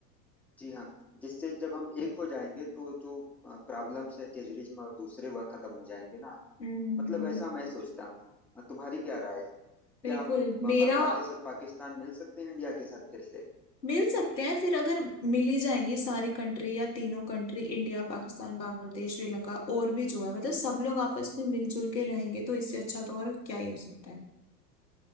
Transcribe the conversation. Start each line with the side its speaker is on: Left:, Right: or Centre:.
Centre: जी हाँ जिससे जब हम एक हो जाएंगे तो जो प्रॉब्लम्स है टेररिज्म और दूसरे वह खत्म हो जाएंगे ना
Left: हम्म
Centre: मतलब ऐसा मैं सोचता हूँ अ, तुम्हारी क्या राय है
Left: बिल्कुल
Centre: क्या हम अ,
Left: मेरा
Centre: बांग्लादेश और पाकिस्तान मिल सकते हैं इंडिया के साथ फिर से
Left: मिल सकते हैं फिर अगर मिल ही जाएंगी सारी कंट्री या तीनों कंट्री इंडिया पाकिस्तान बांग्लादेश श्रीलंका और भी जो है मतलब सब लोग आपस में मिलजुल के रहेंगे तो इससे अच्छा तो और क्या ही हो सकता है